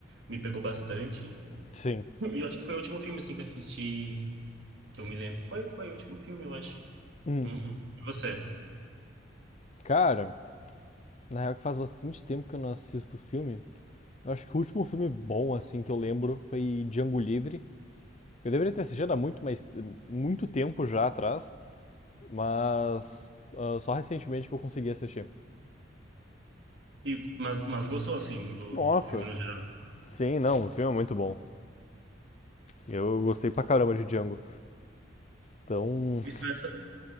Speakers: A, on the right (about 65°); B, on the left (about 35°).
A: Me pegou bastante.
B: sim.
A: E eu acho que foi o último filme, assim, que eu assisti, que eu me lembro. Foi, foi o último filme, eu acho.
B: Hum,
A: Uhum. E você?
B: cara, na real que faz bastante tempo que eu não assisto filme. Eu acho que o último filme bom, assim, que eu lembro foi Django Livre. Eu deveria ter assistido há muito, mas muito tempo já atrás, mas ah, só recentemente que eu consegui assistir.
A: E, mas, mas gostou, assim, do,
B: Nossa,
A: do filme no geral?
B: sim, não, o filme é muito bom. Eu gostei pra caramba de Django. Então,
A: E você vai, fa-